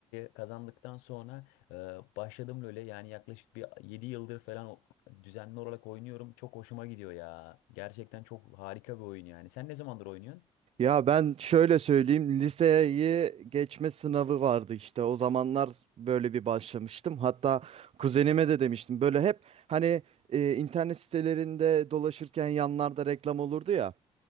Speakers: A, on the left; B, on the right.
A: kazandıktan sonra e, başladım LoL'e. Yani yaklaşık bir 7 yıldır falan o- düzenli olarak oynuyorum. Çok hoşuma gidiyor ya. Gerçekten çok harika bir oyun yani. Sen ne zamandır oynuyorsun?
B: Ya ben şöyle söyleyeyim liseyi geçme sınavı vardı işte o zamanlar böyle bir başlamıştım. Hatta kuzenime de demiştim böyle hep hani e, internet sitelerinde dolaşırken yanlarda reklam olurdu ya.